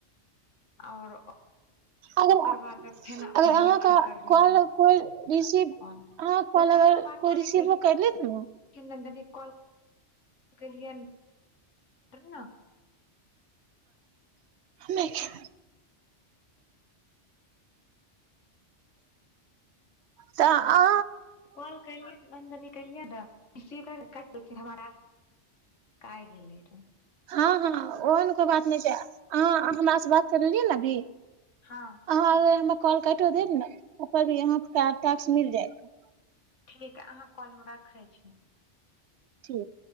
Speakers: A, on the left (about 85°); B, on the right (about 70°).
A: आओर
B: अगर
A: ओकर बाद
B: अगर
A: फेन अपनहिये
B: अहाँके
A: फेर करलौं
B: कॉल
A: हन
B: कोइ रिसीव
A: कॉल
B: अहाँके कॉल
A: ओ तनियो
B: अगर
A: बातो
B: कोइ
A: नै
B: रिसीवो
A: केलखिन
B: कैलेत ने
A: नन्दनी कॉल केलियनि कारण न
B: नहि तऽ आ
A: कॉल कलियै नन्दनी केलियै रहऽ सी कट द हमार क गेलै रह <inaudible>
B: हँ हँ ओह ने कोइ बात नहि छै अहाँ हमरा से बात करलिए न अभी
A: हँ
B: आ कॉल काइटो देब न यहाँ क त <inaudible> मिल जाएत
A: ठीक अहाँ कॉल हम राखैत छी
B: ठीक